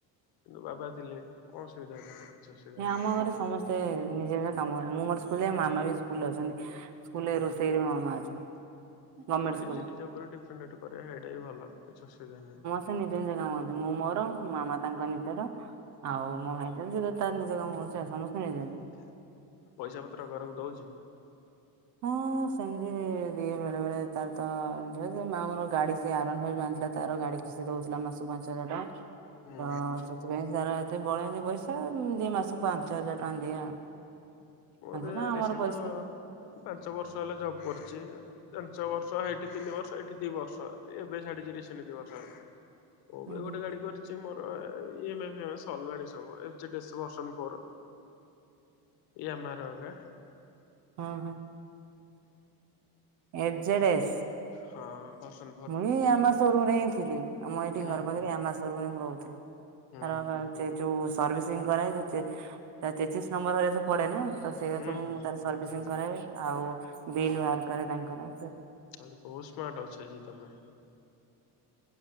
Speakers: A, on the left (about 65°); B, on the right (about 45°).
A: କିନ୍ତୁ ବାବା ଥିଲେ କଣ ସୁୁବିଧା ହେଇଥାନ୍ତା। କିଛି ଅସୁବିଧା
B: ଏ ଆମ
A: ନଥାନ୍ତା।
B: ଘରେ ସମସ୍ତେ ନିଜେ ନିଜ କାମ କରନ୍ତି। ମୁଁ ମୋର ସ୍କୁଲରେ
A: ହୁଁ
B: ମାମା ବି ସ୍କୁଲରେ ଅଛନ୍ତି। ସ୍କୁଲ ରେ
A: ହୁଁ।
B: ରୋଷେଇ ରେ ମୋ ମାଆ ଅଛନ୍ତି। ଗମେଣ୍ଟ
A: ହଉ ନିଜେ
B: ସ୍କୁଲରେ
A: ନିଜ ଉପରେ ଡିପେଣ୍ଡେ କରିବା ଏଇଟା ବି ଭଲ। କିଛି ଅସୁବିଧା ନାହିଁ।
B: ସେ ନିଜେ ନିଜ କାମ କରନ୍ତି। ମୁଁ ମୋର ମାମା ତାଙ୍କ ନିଜର। ଆଉ ମୋ ଭାଇ ଯ ତାର ନିଜ କାମ କରୁଛି ଆଉ ସମସ୍ତେ ନିଜ
A: ପଇସା ପତ୍ର ଘରକୁ ଦଉଛି।
B: ହଁ। ସେମିତି ଦିଏ ବେଳେ ବେଳେ ତାର ତ ମାମର ଗାଡି ସେ ଆର ୱା ନ ଫାଇପି ଜାଣିଥିଲା ତାର ଗାଡି- ସେ ଦଉଥିଲା ମାସକୁ ପାଞ୍ଚ ହଜାର ଟଙ୍କା।
A: ହୁଁ
B: ତ ସେଥିପାଇଁ ସାର ଏତେ ବଳେନି ପଇସା ଦିଏ ମାସକୁ ପାଁଶ ହଜାରେ ଟଙ୍କା ଦିଏ ଆଉ।
A: ମୋର
B: ପାଞ୍ଚ ଟଙ୍କା ଆମର
A: ରିସେଣ୍ଟ
B: ପଇସା ହୁଁ
A: ପାଞ୍ଚ ବର୍ଷ ହେଲା ଜବ୍ କରିଛି। ପାଞ୍ଚ ବର୍ଷ ଏଇଠି ତିନି ବର୍ଷ ଏଇଠି ଦି ବର୍ଷ ଏବେ ଛାଡିଚି ସେମିତି ବର୍ଷ ହେଲା। ମୁଁ ବି ଗୋଟେ
B: ହୁଁ
A: ଗାଡି କରିଛି। ମୋର ଇ ଏମ୍ ଆଇ ସରିଲାଣି ସବୁ F Z S version four. ୟାମାର ଅକା।
B: ହଁ ହଁ ଏଫ ଜେଡ ଏସ୍।
A: ହଁ ବସ
B: ମୁଇଁ ଆମା ସୋରୁମ ରେ ହିଁ ଥିଲି। ଆମ ଏଇଠି
A: ହୁଁ
B: ଘର ପାଖରେ
A: ହୁଁ।
B: ଆମା ସୋରୁମ ରେ ମୁଁ ରହୁଥିଲି।
A: ହୁଁ
B: ତାର
A: ହୁଁ ହୁଁ
B: ଯୋଉ ସର୍ଭିସିଂ କରାହେଇଥାଏ ତା ତେତିଶ ନମ୍ବରରେ ସ ପଡେ ନା ତ ସେଇା
A: ହୁଁ
B: ସବୁ
A: ହୁଁ
B: ମୁଁ ତାର ସର୍ଭିସିଂ
A: ହୁଁ ହୁଁ
B: କରାଇ। ଆଉ ବିଲ୍ ବାହାର କରେ ତାଙ୍କର।
A: ତାହେଲେ ବହୁତ ସ୍ମାର୍ଟ ଅଛ ଯେ ତମେ।